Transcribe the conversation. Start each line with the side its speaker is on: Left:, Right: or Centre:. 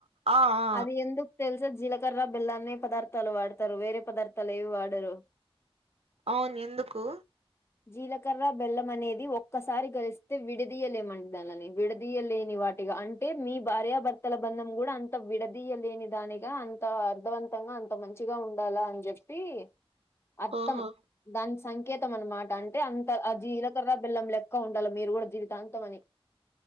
Right: ఆ ఆ
Left: అది ఎందుకు తెలుసా జీలకర్ర బెల్లాన్ని పదార్థాలు వాడతారు వేరే పదార్థాలు ఏవి వాడరు.
Right: అవును ఎందుకు?
Left: జీలకర్ర బెల్లం అనేది ఒక ఒక్కసారి గలిస్తే విడదీయలేమండి దానిని విడదీయలేని వాటిగా అంటే మీ భార్యభ ర్తల బంధం కూడా అంత విడదీయలేని దానిగా అంత అర్ధవంతంగా అంత మంచిగా ఉండాలా అని చెప్ప టీ అర్థం
Right: ఓహో
Left: దాని సంకేతం అన్నమాట అంటే అంత ఆ జీలకర్ర బెల్లం లె క్క ఉండాల మీరు కూడా జీవితాంతమని